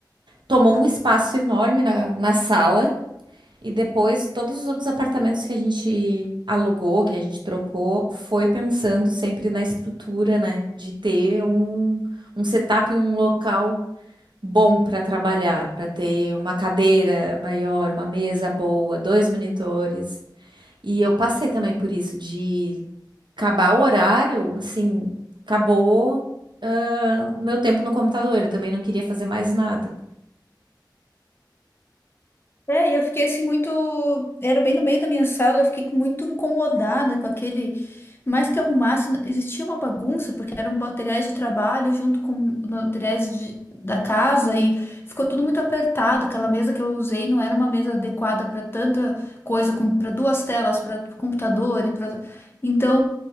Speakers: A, on the right; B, on the left.
A: Tomou um espaço enorme na, na sala. E depois, todos os outros apartamentos que a gente alugou, que a gente trocou, foi pensando sempre na estrutura, né? De ter um, um setup, um local bom para trabalhar, para ter uma cadeira maior, uma mesa boa, dois monitores. E eu passei também por isso, de acabar o horário, assim, acabou, ah, meu tempo no computador, eu também não queria fazer mais nada.
B: É, e eu fiquei assim muito. Era bem no meio da minha sala, eu fiquei muito incomodada com aquele. Mais que arrumasse, existia uma bagunça, porque eram materiais de trabalho junto com materiais de- da casa e ficou tudo muito apertado. Aquela mesa que eu usei não era uma mesa adequada para tanta coisa, para duas telas, para computador e para. Então,